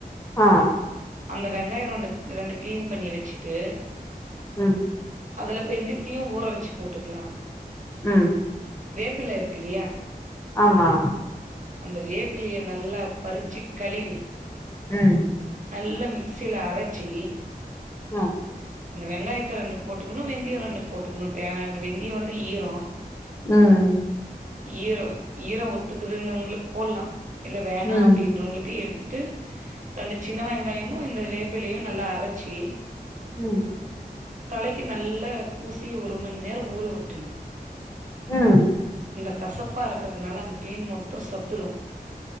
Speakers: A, on the left; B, on the right.
A: ஆ
B: அந்த வெங்காயம் ரெண்டு ரெண்டு கிளீன் பண்ணி வச்சிட்டு
A: ம்
B: அதுல வெந்தியத்தையும் ஊற வச்சு போட்டுக்கலாம்
A: ம்
B: வேப்பில இருக்குல்லையா
A: ஆமா
B: அந்த வேப்பிலைய நல்லா பறிச்சு கழுவி
A: ம்
B: நல்லா மிக்சியில அரைச்சி
A: ஆ
B: இந்த வெங்காயத்த ரெண்டு போட்டுக்கணு வெந்தியோ ரெண்டு போட்டுக்கணு தேவையான வெந்தியோ வந்து ஈரோ
A: ம்
B: ஈரம் ஈரம் ஒத்துக்குதுன்னுன்னவங்களுக்கு போட்லா இல்ல வேணா
A: ம்
B: அப்டின்றவங்களுக்கு எடுத் துட்டு ரெண்டு சின்ன வெங்காயமும் இந்த வேப்பிலையும் நல்லா அரைச்சி
A: ம்
B: தலைக்கி நல்லா பூசி ஒரு மண் நேரோ ஊற விட்டுணு
A: ம்
B: இந்த கசப்பா இருக்கிறதுனால அந்த பேன் மொத்தோ செத்துடு